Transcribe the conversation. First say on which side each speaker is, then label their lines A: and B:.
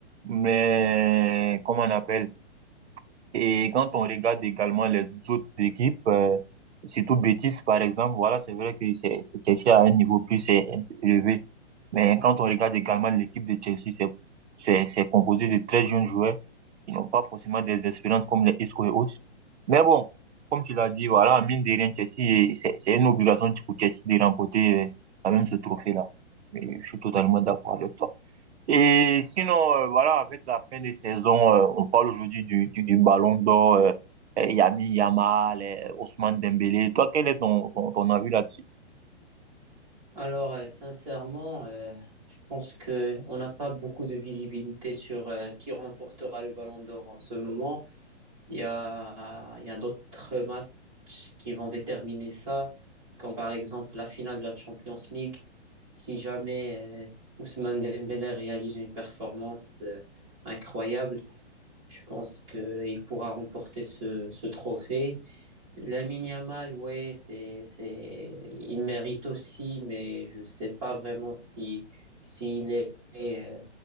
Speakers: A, on the right; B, on the right.
A: Mais, comment on appelle? Et quand on regarde également les autres équipes, euh, surtout Betis par exemple, voilà, c'est vrai que c'est c'est Chelsea à un niveau plus é- élevé. Mais quand on regarde également l'équipe de Chelsea, c'est c'est c'est composé de très jeunes joueurs qui n'ont pas forcément des expériences comme les Isco et autres. Mais bon, comme tu l'as dit, voilà, mine de rien, Chelsea, c'est c'est une obligation pour Chelsea de remporter euh, quand même ce trophée-là. Et Je suis totalement d'accord avec toi. Et sinon, euh, voilà, avec la fin des saisons, euh, on parle aujourd'hui du, du, du Ballon d'Or, euh, euh, Yami Yamal, euh, Ousmane Dembélé. Toi, quel est ton, ton, ton avis là-dessus?
B: Alors, euh, sincèrement, euh, je pense que on n'a pas beaucoup de visibilité sur euh, qui remportera le Ballon d'Or en ce moment. Il y a, il y a d'autres matchs qui vont déterminer ça, comme par exemple la finale de la Champions League. Si jamais euh, Ousmane Dembélé réalise une performance euh, incroyable, je pense qu'il pourra remporter ce, ce trophée. Lamine Yamal, ouais, c'est, c'est, il mérite aussi, mais je ne sais pas vraiment si, s'il est euh,